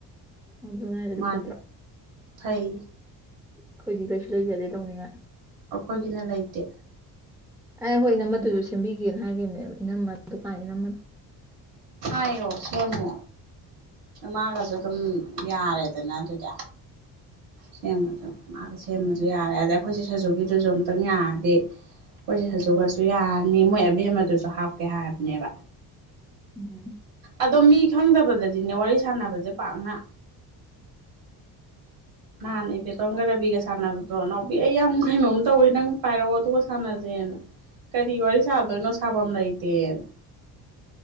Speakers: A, in the centre; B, on the right (about 85°).
A: ꯑꯗꯨꯉꯥꯏꯔꯗꯤ
B: ꯃꯥꯗꯤ
A: ꯐꯠꯇ꯭ꯔꯣ
B: ꯐꯩ
A: ꯑꯩꯈꯣꯏꯗꯤ ꯀꯩꯁꯨ ꯂꯩꯖꯗꯦ ꯇꯧꯅꯤꯡꯉꯥꯏ
B: ꯑꯩꯈꯣꯏꯒꯤꯅ ꯂꯩꯇꯦ
A: ꯑꯦ ꯍꯣꯏ ꯏꯅꯝꯃꯗꯨꯁꯨ ꯁꯦꯝꯕꯤꯒꯦꯅ ꯍꯥꯏꯈꯤꯕꯅꯦ ꯏꯅꯝꯃ ꯗꯨꯀꯥꯟ ꯏꯅꯝꯝꯕꯗ
B: ꯑꯣ ꯁꯦꯝꯦꯃꯣ ꯃꯥꯒꯁꯨ ꯑꯗꯨꯝ ꯌꯥꯔꯦꯗꯅ ꯑꯗꯨꯗꯤ ꯁꯦꯝꯕꯁꯨ ꯃꯥꯒ ꯁꯦꯝꯃꯁꯨ ꯌꯥꯔꯦ ꯑꯗ ꯑꯩꯈꯣꯏꯁꯦ ꯁꯖꯨꯒꯤꯗꯨꯁꯨ ꯑꯃꯨꯛꯇꯪ ꯌꯥꯔꯗꯤ ꯑꯩꯈꯣꯏꯁꯦ ꯁꯖꯨ ꯀꯁꯨ ꯌꯥꯔꯅꯤ ꯃꯣꯏ ꯑꯕꯦꯝ ꯑꯃꯗꯨꯁꯨ ꯍꯥꯞꯀꯦ ꯍꯥꯏꯕꯅꯦꯕ
A: ꯎꯝ
B: ꯑꯗꯣ ꯃꯤ ꯈꯪꯗꯕꯗꯗꯤꯅꯦ ꯋꯥꯔꯤ ꯁꯥꯟꯅꯕꯁꯦ ꯄꯥꯛꯅ ꯅꯍꯥꯟ ꯏꯕꯦꯇꯣꯝꯒ ꯔꯥꯕꯤꯒ ꯁꯥꯟꯅꯕꯗꯣ ꯏꯅꯥꯎꯕꯤ ꯑꯩ ꯌꯥꯝ ꯀꯩꯅꯣꯝ ꯇꯧꯋꯤ ꯅꯪ ꯄꯥꯏꯔꯛꯑꯣ ꯑꯗꯨꯒ ꯁꯥꯟꯅꯁꯦꯅ ꯀꯔꯤ ꯋꯥꯔꯤ ꯁꯥꯗꯣꯏꯅꯣ ꯁꯥꯐꯝ ꯂꯩꯇꯦ <unintelligible>